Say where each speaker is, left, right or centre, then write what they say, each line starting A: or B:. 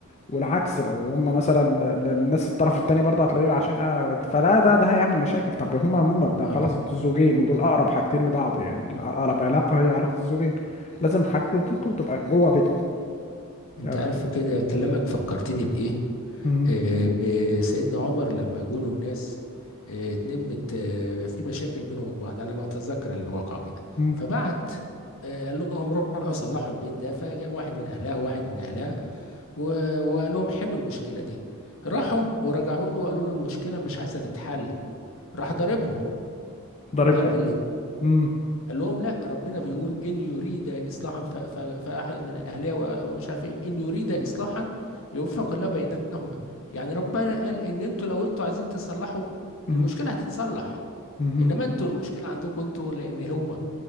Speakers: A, on the left (about 30°); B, on the left (about 65°).
A: والعكس لو هم مثلا الناس الطرف التاني برضه هتلاقيه عشان آه، فلا ده ده هيعمل مشاكل طب هما هم ده خلاص
B: اه
A: انتوا زوجين ودول اقرب حاجتين لبعض يعني اقرب علاقه هي علاقه الزوجين لازم حاجتكم تبقى جوه بيتكم
B: انت
A: يعني
B: عارف كده كلامك فكرتني بايه
A: مم.
B: آه، آه، سيدنا عمر لما جوله الناس آه، اتنمت آه، في مشاكل بينهم وبين بعض على ما اتذكر الواقع كده
A: مم.
B: فبعت آه، قال لهم روحوا صلحوا البيت ده فجاب واحد من اهلها وواحد من اهلها و- وقال لهم حلوا المشكله دي راحوا ورجعوا له قالوا له المشكله مش عايزه تتحل راح ضربهم
A: ضاربهم
B: ضرب اللي
A: مم.
B: قال لهم لا ربنا بيقول ان يريد اصلاحا ف- ف- فاحد من اهلها و- ومش عارف ايه ان يريد
A: مم.
B: اصلاحا يوفق الله بينهما يعني ربنا قال ان انتوا لو انتوا عايزين تصلحوا
A: مم.
B: المشكله هتتصلح
A: مم.
B: انما انتوا المشكله عندكم انتوا لان هم